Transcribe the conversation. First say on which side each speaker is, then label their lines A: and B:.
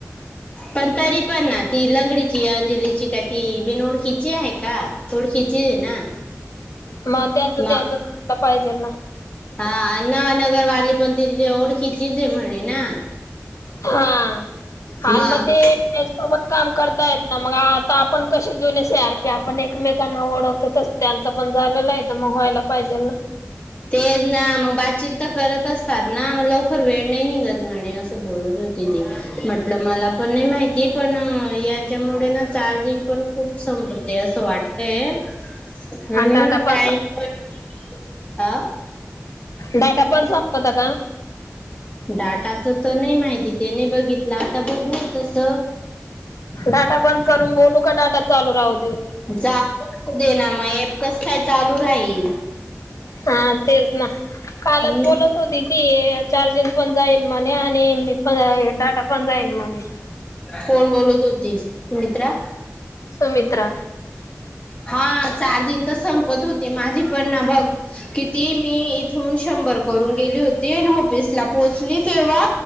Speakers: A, on the left (about 25°); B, on the left (about 80°).
A: पण तरी पण ना ती लंगडीची अंजलीची काय ती बिनओळखीची आहे का? थोडकीच हाय ना!
B: मं त्यांचं
A: मग
B: त्यांचं खटक. पायजे ना..
A: हा, नवानगरवाली पण तिचे ओळखीचीच आहे म्हणे. ना!
B: हा. हा,
A: मग
B: न मं ते, ते सोबत. काम करता येत नाय. मग आता आपन कसे जूने सी आर पी, आपन एकमेकांना ओळखतो. तसं त्यांचं पन झालेलं हाय तं मं व्हायला पायजे न!
A: ते ना, मं बातचीत तर करत असतात ना! मं लवकर वेळ नाय निघत म्हणे, असं बोलत होती ती म्हटल मला पन नाय माहिती पन याच्यामुळे ना. चार्जिंग पण खूप संपत. ते असं वाटतय. <unintelligible>
B: हा डाटा पण
A: आं...
B: डाटा पण संपवता का
A: डाटाच तं नाय माहिती. त्याने बघितला आता बघू तसं.
B: डाटा बंद करून बोलू का? डाटा. चालू राहूदे.
A: <unintelligible> कस काय? चालू राहील.
B: हा, तेच ना. कालच
A: हम्म
B: बोलत होती ती चार्जिंग पन जाईल म्हणे, आणि एम बी पन आं डाटा पन जाईल म्हणे.
A: कोण बोलत होती? सुमित्रा?
B: सुमित्रा.
A: हा चार्जिंग तर संपत. तू होती माझी पण ना बघ. किती मी इथून शंभर करून गेली होती, आनी ऑफिसला पोचली तेव्हा,